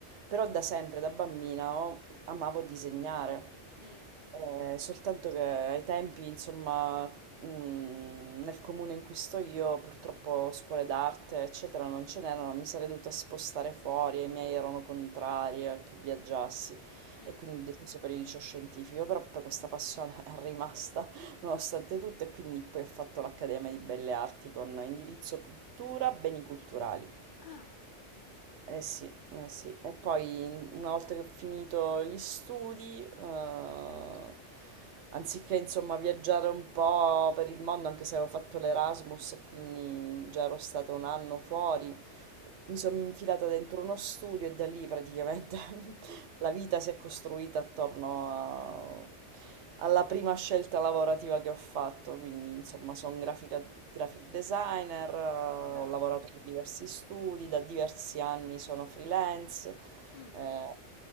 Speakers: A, on the right; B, on the left.
A: però da sempre, da bambina, ho- amavo disegnare.
B: Mm,
A: Eh, soltanto che ai tempi, insomma, mh, nel comune in cui sto io, purtroppo scuole d'arte, eccetera, non ce n'erano, mi sarei dovuta spostare fuori, e i miei erano contrari a che viaggiassi.
B: mm.
A: e quindi ho deciso per il liceo scientifico, però poi questa passione <laughs> è rimasta nonostante tutto e quindi poi ho fatto l'Accademia di Belle Arti con indirizzo pittura, beni culturali.
B: Ah,
A: Eh sì, eh sì. E poi una volta che ho finito gli studi, eh, anziché insomma viaggiare un po' per il mondo, anche se avevo fatto l'Erasmus e quindi già ero stata un anno fuori, mi sono infilata dentro uno studio e da lì praticamente <laughs> la vita si è costruita attorno a- alla prima scelta lavorativa che ho fatto, quindi insomma sono grafica- graphic designer, eh,
B: brava.
A: ho lavorato per diversi studi, da diversi anni sono freelance
B: Mm,
A: eh,